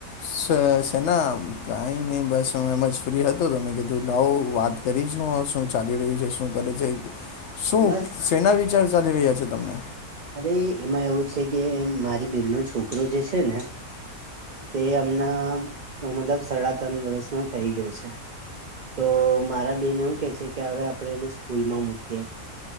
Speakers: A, on the left; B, on the right.
A: શ શેના કાંઈ નહીં બસ હું એમ જ ફ્રી હતો તમે કીધું લાવો વાત કરીશું શું ચાલી રહ્યું છે શું કરે છે. શું
B: બસ
A: સેના વિચાર ચાલી રહ્યા છે તમને?
B: અરે એમાં એવું છે કે બેનનો જે છે ને તે હમણા મતલબ સાડા ત્રણ વર્ષમાં થઈ ગયો છે. તો મારા બેન એવું કે છે કે હવે આપણે એને સ્કૂલમાં મૂકીએ.